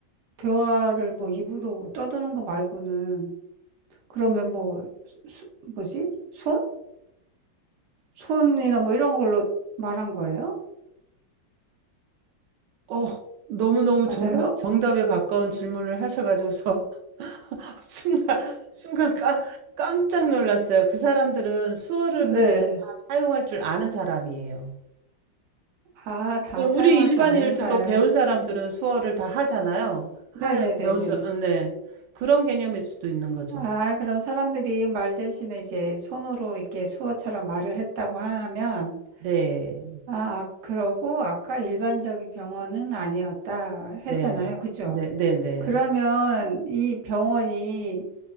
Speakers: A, on the right (about 65°); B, on the right (about 85°).
A: 대화를 뭐 입으로 떠드는 거 말고는 그러면 뭐 수- 뭐지? 손? 손이나 뭐 이런 걸로 말한 거예요?
B: 어, 너무너무
A: 맞아요?
B: 정, 정답에 가까운 질문을 하셔가지고서 <laughs> 순간, 순간 깜, 깜짝 놀랐어요. 그 사람들은 수어를
A: 네.
B: 근데 다 사용할 줄 아는 사람이에요.
A: 아, 다
B: 예, 우리
A: 사용할
B: 일반인들도
A: 줄 아는 사람.
B: 배운 사람들은 수어를 다 하잖아요. 하,
A: 네네네네.
B: 배운 사람, 네. 그런 개념일 수도 있는 거죠.
A: 아, 그럼 사람들이 말 대신에 이제 손으로 이렇게 수어처럼 말을 했다고 하면,
B: 네.
A: 아, 아, 그러고 아까 일반적인 병원은 아니었다
B: 네.
A: 했잖아요. 그죠?
B: 네, 네, 네.
A: 그러면 이 병원이